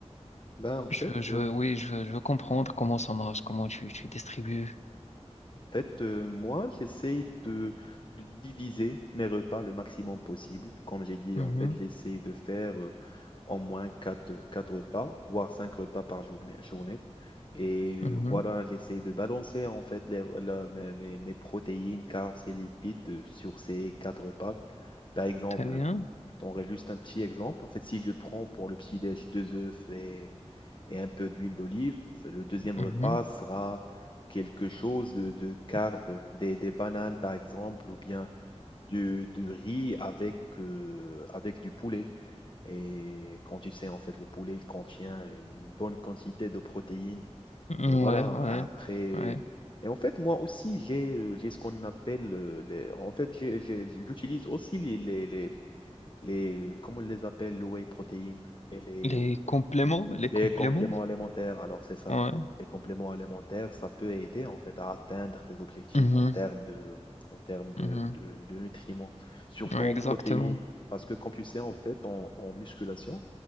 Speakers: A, on the left; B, on the left.
A: Ben, en fait,
B: Je veux, je
A: euh,
B: veux,
A: en
B: oui, je veux, je veux comprendre comment ça marche, comment tu, tu distribues.
A: fait euh, moi, j'essaie de, de diviser mes repas le maximum possible. Comme j'ai dit,
B: Mhm,
A: en fait, j'essaie de faire euh, au moins quatre quatre repas, voire 5 repas par journée. journée. Et
B: mhm.
A: euh, voilà, j'essaie de balancer en fait les, la- mes, mes- mes protéines, carbs et lipides euh, sur ces 4 repas. Par exemple,
B: Très bien.
A: je t'en juste un petit exemple. En fait, si je prends pour le petit-déj deux œufs et un peu d'huile d'olive. Le deuxième
B: Mhm,
A: repas sera quelque chose de, de carb, des, des bananes par exemple, ou bien du, du riz avec, euh, avec du poulet. Et quand tu sais, en fait, le poulet, il contient une bonne quantité de protéines.
B: mhm.
A: Et voilà,
B: Ouais, ouais.
A: après...
B: ouais.
A: Et en fait, moi aussi, j'ai euh, j'ai ce qu'on appelle... euh, les... En fait, j'ai- j'ai- j'utilise aussi les, les, les, les- euh, Comment on les appelle, le whey protéine. Et les,
B: Les
A: euh,
B: compléments, les
A: les
B: compléments,
A: compléments alimentaires, alors c'est ça.
B: ouais.
A: Les compléments alimentaires, ça peut aider en fait à atteindre tes objectifs
B: Mhm,
A: en termes de, en termes de,
B: mhm,
A: de, de nutriments, surtout
B: ouais,
A: en
B: exactement.
A: protéines. Parce que comme tu sais, en fait, en, en musculation,